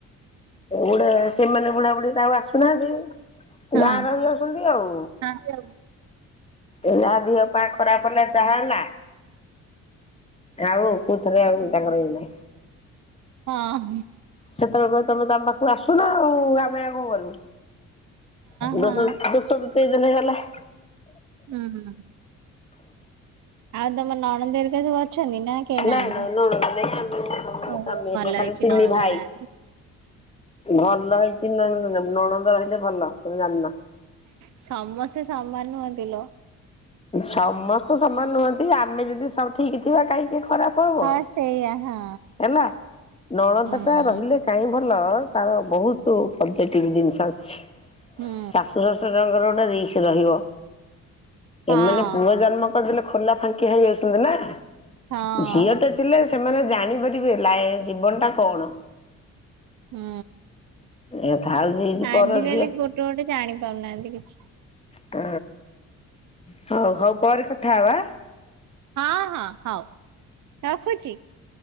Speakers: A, on the left (about 15°); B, on the right (about 60°).
A: ଉଡେ ସେମାନେ ବୁଢାବୁଢୀ ଆଉ ଆସୁନାହାନ୍ତି।
B: ହଁ
A: ଗାଁ ରହି ଯାଉଛନ୍ତି ଆଉ।
B: ହଁ ହଁ
A: ଏଇ ଆ ଦିହ ପା ଖରାପ ହେଲା ତାହା ହେଲା। ଆଉ କଉଥରେ ଆଉ ତାଙ୍କର ଇଏ ନାହିଁ।
B: ହଁ।
A: ସେତେବେଳେ କହିବେ ତମେ ତ ଆମ ପାଖକୁ ଆସୁନ ଆଉ, ଆମେ ଆଉ କଣ କରିବୁ?
B: ହଁ
A: ଦଶ ଦଶ ଦ ତେଇଶି ଦିନଗଲା <inaudible> <inaudible>
B: ହୁଁ। ଆଉ ତମ ନଣନ୍ଦ ହେରିକା ସବୁ ଅଛନ୍ତି ନା କେହି ନାହାନ୍ତି,
A: ନାଇଁ ନାଇଁ ନଣନ୍ଦ ନାଇଁ ଆମେ ଆମ
B: ଓହୋ
A: ସ୍ୱାମୀ ହେରିକା
B: ଭଲ
A: ଖାଲି
B: ହେଇଛି।
A: ତିନି
B: ନା ଭଲରେ
A: ଭାଇ।
B: ଆସି
A: ଭଲ ହେଇଛି ନଣନ୍ଦ । ନଣନ୍ଦ ଆଇଲେ ଭଲ ତମେ ଜାଣିନ ।
B: ସମସ୍ତେ ସମାନ ନୁହଁନ୍ତିଲୋ।
A: ସମସ୍ତେ ସମାନ ନୁହନ୍ତି ଆମେ ଯଦି ସବୁ ଠିକ ଥିବା କାଇଁ ଖରାପ ହବ
B: ହଁ ସେଇଆ ହଁ
A: ହେଲା ନଣନ୍ଦଟା
B: ହୁଁ
A: ରହିଲେ କାହିଁ ଭଲ । ନଣନ୍ଦ ତାର ବହୁତ ପଜେଟିଭ ଜିନିଷ ଅଛି ।
B: ହୁଁ
A: ଶାଶୁ ଶଶୁୁର ଙ୍କର ତା ରିକ୍ସ ରେ ରହିବ ।
B: ହଁ
A: ଏମାନେ ପୁଅ ଜନ୍ମ। ପଦେଲୋ ଖୋଲା ଫାଙ୍କିଆ ହେଇ ଯାଉଛନ୍ତି ନା ।
B: ହଁ।
A: ଝିଅଟେ ଥିଲେ ସେମାନେ ଜାଣିପାରିବେ ଲାଇ ଜୀବନ ଟା କଣ?
B: ହୁଁ।
A: ଏ ଥାଉ ଝିଅଟି
B: ଆଜିକାଲି
A: ପର ଝିଅ
B: ଗୋଟେ ଗୋଟେ ଜାଣି ପାରୁନାହାନ୍ତି କିଛି।
A: ହ ହଉ ହଉ ପରେ କଥା ହବା ।
B: ହଁ ହଁ ହଉ ରଖୁଛି ।